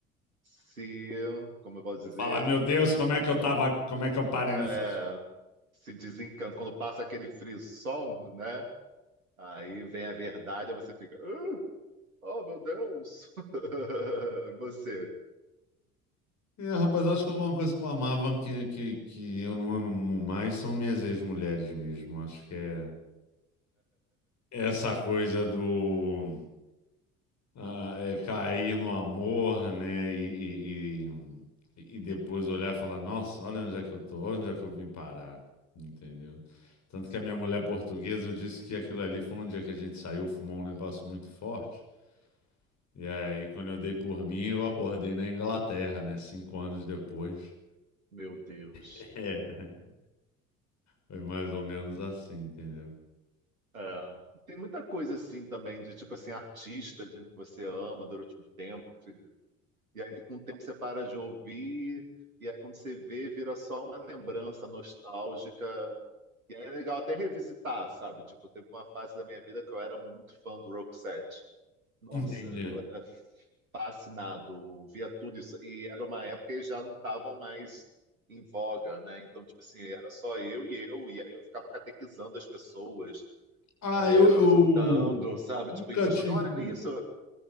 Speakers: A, on the right (about 85°); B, on the left (about 40°).
A: se, como eu posso
B: Você
A: dizer,
B: fala, meu Deus, como é que eu tava, como é que eu parei nessa.
A: É, se desencanta. Quando passa aquele frisson, né? Aí vem a verdade, aí você fica, "Ah, oh meu Deus! <laughs> E Você,
B: É, rapaz, eu acho que alguma coisa que eu amava que, que, que eu não amo mais são minhas ex-mulheres mesmo. Acho que é essa coisa do ah, é, cair no amor, né? E, e, e, e depois olhar e falar, nossa, olha onde é que eu tô, onde é que eu vim parar, entendeu? Tanto que a minha mulher portuguesa, eu disse que aquilo ali foi um dia que a gente saiu, fumou um negócio muito forte. E aí, quando eu dei por mim, eu acordei na Inglaterra, né? Cinco anos depois.
A: meu Deus.
B: <laughs> Foi mais ou menos assim, entendeu?
A: É. Tem muita coisa assim também, de tipo assim, artista, gente que você ama durante um tempo, filho. e aí com o tempo você para de ouvir, e aí quando você vê, vira só uma lembrança nostálgica. E aí é legal até revisitar, sabe? Tipo, teve uma fase da minha vida que eu era muito fã do Roxette. Nossa,
B: Entendi.
A: eu era fascinado, via tudo isso. E era uma época que já não estavam mais em voga, né? Então, tipo assim, era só eu e eu, e aí eu ficava catequizando as pessoas
B: Ah,
A: é,
B: eu,
A: apresentando,
B: eu
A: sabe?
B: nunca
A: Tipo, e mostrando,
B: tive,
A: olha isso.